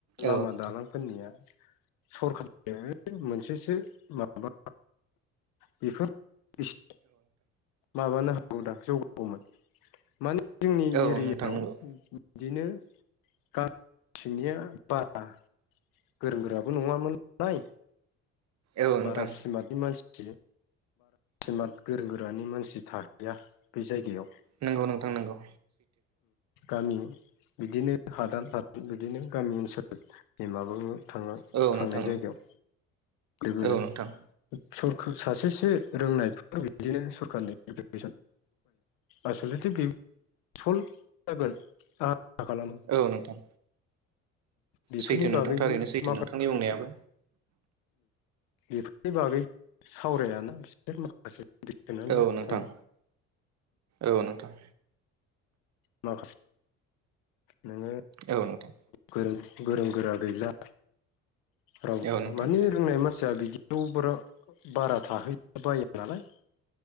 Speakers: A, on the left (about 70°); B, on the right (about 45°).
A: लामा
B: औ नोंथां
A: दालांफोरनिया? सरखार मोनसेसो माबा बेफोर एसे माबानो हागौ दा जौगागौमोन मोन जोंनि
B: औ
A: एरियायाव
B: नोंथां औ नोंथां नंगौ
A: बिदिनो गा सिंनिया बारा गोरों गोराबो नङामोनालाय?
B: औ नोंथां
A: बारा सिमार्नि मानसि सिमार्ट गोरों गोरानि मानसि थाहैया । बे जायगायाव
B: नंगौ नोंथां नोंगौ।
A: गामि बिदिनो हादान हादान बिदिनो गामि ओनसोल माब थां
B: औ
A: थांनाय
B: नोंथां
A: जायगायाव लोगो
B: औ नोंथां
A: सख सासेसो रोंनायफोर बिदिनो सरखारारनि एप्केसन आसलथे बे सल जागोन। आसा खालामो
B: औ नोंथां।
A: बेफोरनि
B: सैथो नोंथां
A: बागैबो
B: थारैनो सैथो
A: माखासे
B: नोंथांनि बुंनायाबो
A: बेफोरनि बागै सावरायाना? बिसोर माखासे गोदोसोनानै
B: औ नोंथां
A: थायो
B: औ नोंथां।
A: मा नोङो
B: औ नोंथां
A: गोरों गोरों गोरा गैला। राव
B: औ नोंथां
A: माने रोंनाय मानसिया बिदि जौ बारा थाहैला बाया नालाय?